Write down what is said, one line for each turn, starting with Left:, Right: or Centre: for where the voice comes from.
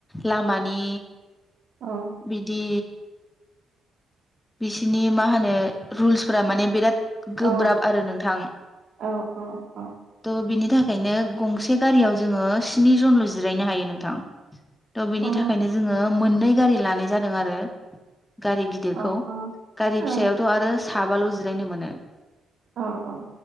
Left: लामानि
Right: औ
Left: बिदि बिसिनि मा होनो रुल्सफोरा माने बिराद गोब्राब
Right: औ
Left: आरो नोंथां
Right: औ औ
Left: थ' बिनि था खायनो गंसे गारियाव जोंङो स्नि जनल' जिरायनो हायो नोंथां। थ' बेनि
Right: औ
Left: थाखायनो जोंङो मोननै गारि लानाय जादों आरो गारि गिदिरखौ
Right: औ
Left: गारि
Right: औ
Left: फिसायावथ' आरो साबाल' जिरायनो मोनो।
Right: अ अ।